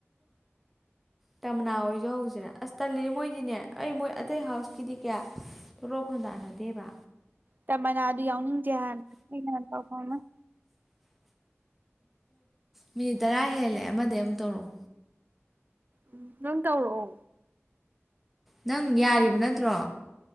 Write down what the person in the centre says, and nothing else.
ꯇꯥꯝꯅꯥ ꯍꯣꯏꯁꯨ ꯍꯧꯁꯤꯔꯥ ꯑꯁ ꯇꯜꯂꯤꯅꯦ ꯃꯣꯏꯗꯤꯅꯦ ꯑꯩ ꯃꯣꯏ ꯑꯇꯩ ꯍꯥꯎꯁꯀꯤꯗꯤ ꯀꯌꯥ ꯊꯣꯔꯛ ꯈꯣꯟꯗꯥꯅꯗꯦꯕ꯫
ꯃꯤꯅꯤꯠ ꯇꯔꯥ ꯍꯦꯜꯂꯦ ꯑꯃꯗꯩ ꯑꯃꯨꯛ ꯇꯧꯔꯛꯑꯣ꯫
ꯅꯪ ꯌꯥꯔꯤꯕ ꯅꯠꯇ꯭ꯔꯣ꯫